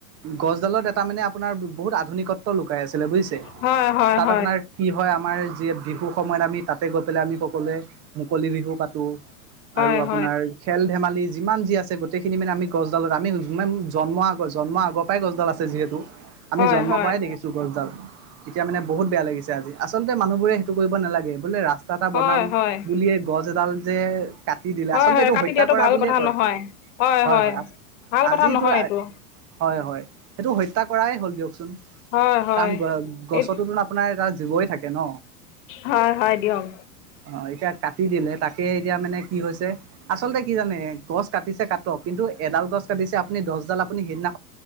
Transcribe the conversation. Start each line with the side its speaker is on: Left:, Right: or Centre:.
Right: গছডালত এটা মানে আপোনাৰ বহুত আধুনিকত্ব লুকাই আছিলে বুজিছে
Left: হয় হয়
Right: তাত
Left: হয়
Right: আপোনাৰ কি হয় আমাৰ যিয় বিহু সময়ত আমি তাতে গৈ পেলাই আমি সকলোৱে মুকলি বিহু পাতো
Left: হয়
Right: আৰু আপোনাৰ
Left: হয়
Right: খেল ধেমালি যিমান যি আছে গোটেইখিনি মানে আমি গছডালত আমি জন্মৰ আগ-জন্মৰ আগৰ পৰাই গছডাল আছে। যিহেতু আমি
Left: হয়
Right: জন্মৰ
Left: হয়
Right: পৰাই দেখিছোঁ গছডাল। এতিয়া মানে বহুত বেয়া লাগিছে আজি আচলতে মানুহবোৰে সেইটো কৰিব নালাগে বোলে ৰাস্তা ৰাস্তা এটা
Left: হয়
Right: বনাম
Left: হয়
Right: বুলিয়ে গছ এডাল যে কাটি দিলে
Left: হয়
Right: আচলতে
Left: হয়
Right: এইটো
Left: কাটি
Right: হত্যা
Left: দিয়াটো
Right: কৰা
Left: ভাল
Right: বুলিয়ে
Left: কথা
Right: কয়
Left: নহয় হয়
Right: হয়-হয়
Left: হয় ভাল
Right: আজি
Left: কথা নহয়
Right: তো <unintelligible>
Left: এইটো
Right: হয়- হয় সেইটো হত্যা কৰাই হ'ল দিয়কচোন।
Left: হয় হয়
Right: কাৰণ গ গছোতো
Left: এই
Right: আপোনাৰ এটা জীৱই থাকে ন।
Left: হয় হয় দিয়ক
Right: অ, এতিয়া কাটি দিলে। তাকে এতিয়া মানে কি হৈছে আচলতে কি জানে গছ কাটিছে কাটক কিন্তু এডাল গছ কাটিছে আপুনি গছডাল আপুনি সেইদিনা